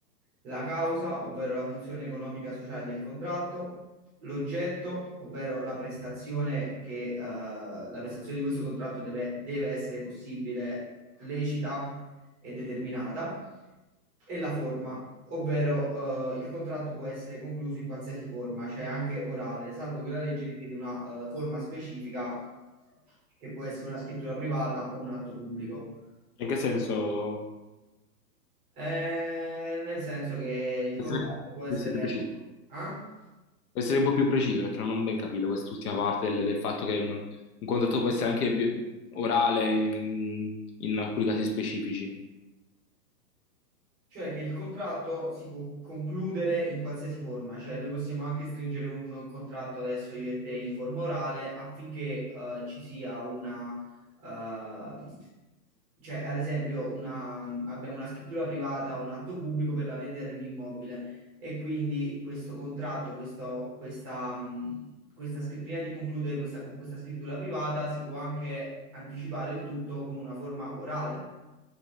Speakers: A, on the right; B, on the left.
A: la causa, ovvero la funzione economica sociale del contratto, l'oggetto, ovvero la prestazione che, eh, la prestazione di questo contratto deve, deve essere possibile, lecita e determinata e la forma, ovvero eh, il contratto può essere concluso in qualsiasi forma, cioè anche orale, salvo che la legge richiede una eh, forma specifica che può essere una scrittura privata o un atto pubblico.
B: in che senso?
A: Eh, nel senso che il contratto
B: essere più,
A: può essere...
B: essere più preciso.
A: ah?
B: Devo essere un po' più preciso perché non ho ben capito quest'ultima parte del, del fatto che non- un contratto può essere anche vi- orale in, in alcuni casi specifici.
A: Cioè che il contratto si può concludere in qualsiasi forma, cioè noi possiamo anche stringere un contratto adesso io e te in forma orale affinché eh, ci sia una, eh, cioè, ad esempio, una- abbiamo una scrittura privata, un atto pubblico per la vendita di un immobile e quindi questo contratto, questo- questa, mh, questa scri- prima di concludere questa- con questa scrittura privata, si può anche anticipare il tutto con una forma orale.